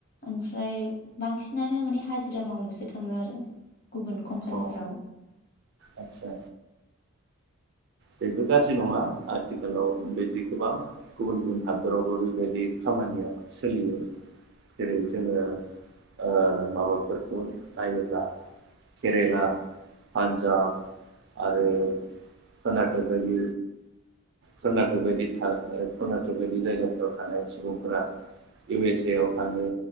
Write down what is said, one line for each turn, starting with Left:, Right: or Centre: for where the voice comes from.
Left: ओमफ्राय बांसिनानो माने हाजिरा मावनोसो थाङो आरो। गुबुन कम्पानिफोराव।
Right: अ आदसा बेबो गाज्रि नङा आथिखालाव बेदि गोबां गुबुन गुबुन हादरावबो बेबायदि खामानिया सोलियो जेरै जोङो ओ माबाफोरखौ नायोब्ला केरेला, पान्जाब आरो कर्नाटक बायदि कर्नाटक बायदि था कर्नाटक बायदि जायगाफोराव थानाय सुबुंफोरा इउ एस ए आव थाङो